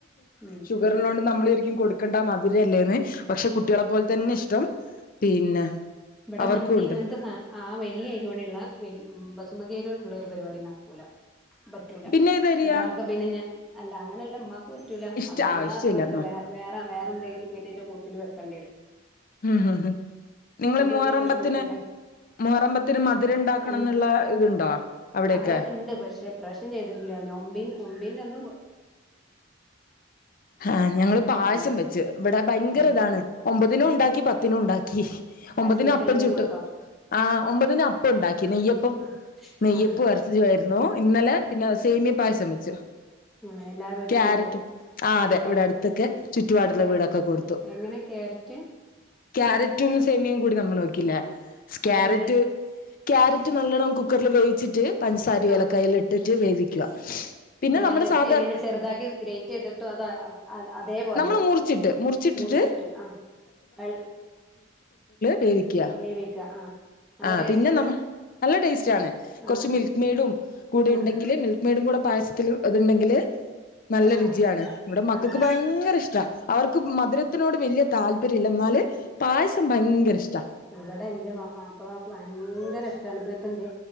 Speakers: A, in the centre; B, on the left.
A: ഉം
B: ഷുഗർ ഉള്ളോണ്ട് നമ്മൾ വിചാ ലിം കൊടുക്കണ്ട മധരല്ലേന്ന് പക്ഷെ കുട്ട്യാള പോലെ തന്നെ ഇഷ്ടം പിന്നെ
A: ഇവിടെ
B: അവർക്കും
A: മന്തി
B: ഉണ്ട്
A: അങ്ങനത്തെ സാ ആ വല്യ അരിയോണ്ടുള്ളവെ മ് ബസു സുമതിയരിയൊണ്ട്ള്ള ഒരു പരിപാടി നടക്കൂല, പറ്റൂല
B: പിന്നെ ഏതരിയാ
A: ൻട്ട് ആൾക്കെ പിന്ന ഞ് അല്ല അങ്ങനെയല്ല ഉമ്മാക്ക് പറ്റൂല
B: ഇഷ്ട
A: അപ്പൊ നമ്മൾ
B: ആ ഇഷ്ടല്ല
A: അവർക്ക്
B: ന്നോ
A: വേറെ വേറെ വേ ന്തെങ്കിലും പിന്നെഅയിന്റെ കൂട്ടത്തില് വെക്കേണ്ട്യരും
B: ഉം ഹ് ഹ് നിങ്ങള് മുഹറമ്പത്തിന്
A: അരി ഇട്ടിട്ടുള്ള എന്തുണ്ട
B: മുഹറമ്പത്തിന് മധുര ണ്ടാക്കണം
A: ആഹ്
B: ന്നുള്ള ഇതുണ്ടോ അവിടെയൊക്കെ
A: അതൊക്കെ ഇണ്ട് പക്ഷെ പ്രാവശ്യം ചെയ്തിട്ടില്ല നോമ്പിൻ ഒമ്പിന്റെറെ അന്ന് പൊ
B: ഹ ഞങ്ങള് പായസം
A: അന്ന്
B: വെച്ച് ഇവിടെ ഭയങ്കര
A: ആഹ്
B: ഇതാണ് ഒമ്പതിനു ഉണ്ടാക്കി പത്തിനും ഉണ്ടാക്കി
A: പായസം
B: ഒമ്പതിനു
A: വെച്ച്
B: അപ്പം
A: എല്ലാർക്കും
B: ചുട്ട്
A: കൊടുത്തോ
B: ആ ഒമ്പതിന് അപ്പം ഉണ്ടാ കി നെയ്യപ്പം
A: ആഹ്
B: നെയ്യപ്പു
A: ആഹ്
B: എരചിച്ചിയുമായിരുന്നു ഇന്നലെ പിന്നെ സേമിയ പായസം വെച്ചു
A: ആഹ് എല്ലാ വീട്ട്ക്കും
B: ക്യാരറ്റ്
A: കൊടുത്തു
B: ആ
A: ചുറ്റുപാടുള്ള
B: അതെ ഇവിടെ അടുത്തൊക്കെ ചുറ്റുപാടുള്ള
A: കേ
B: വീടൊക്കെ കൊടുത്തു
A: എങ്ങനെ ക്യാരറ്റ്
B: ക്യാരറ്റും സേമിയം കൂടി നമ്മൾ വെക്കില്ലേ
A: അതെങ്ങനെ
B: ക്യാരറ്റ് ക്യാരറ്റ് നല്ലോണ്ണം കുക്കറിൽ വേവിച്ചിട്ട് പൻസാരി
A: ആഹ്
B: ഇലക്കായൽ ലിട്ട് റ്റു വേവിക്കുക പിന്നെ
A: ക്യാരറ്റ്
B: നമ്മുടെ സാധാ
A: എങ്ങനെ ചെറുതാക്കി ഗ്രേറ്റ് ചെയ്തിട്ടോ അതോ അ അ അതേപോലെ
B: നമ്മള് മുറിച്ചിട്ട് മുറിച്ചിട്ടിട്ട്
A: മുറിച്ചിട്ട് ആ വെ
B: വേവിക്ക
A: വേവിക്ക ആഹ് നല്ല
B: ആ
A: ടേസ്റ്റ്
B: പിന്നെ
A: ആണ്
B: നമ്മ നല്ല ടേസ്റ്റ് ആണ് കുറച്ച്
A: ആഹ്
B: മിൽക്ക്മേടും കൂടെയുണ്ടെങ്കില്
A: ആഹ്
B: മിൽക്ക്മേടും കൂടെ പായസ അതുണ്ടെങ്കിൽ നല്ല
A: ആഹ്
B: രുചിയാണ് ഇവിടെ മക്കൾക്ക്
A: ആഹ്
B: ഭയങ്കര ഇഷ്ട അവർക്ക് മധുര ത്തിനോട് വലിയ താല്പര്യം ഇല്ല എന്നാല് പായസം ഭയങ്കര ഇഷ്ടം
A: ഇവിടെ ഇന്റെ മ മാപ്പളക്ക് ഭയങ്കര ഇഷ്ട്ടാണ് ഇപ്പ ഇപ്പ എന്തെ